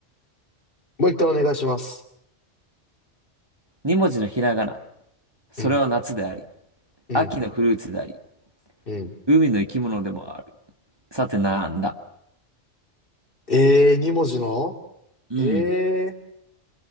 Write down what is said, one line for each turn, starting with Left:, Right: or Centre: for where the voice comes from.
Left: もう一回お願いします。
Right: 二文字のひらがな。それは夏であり、
Left: うん、うん、
Right: 秋のフルーツであり、
Left: うん。
Right: 海の生き物でもある。さてなんだ。
Left: えー、二文字の
Right: うん、
Left: えー、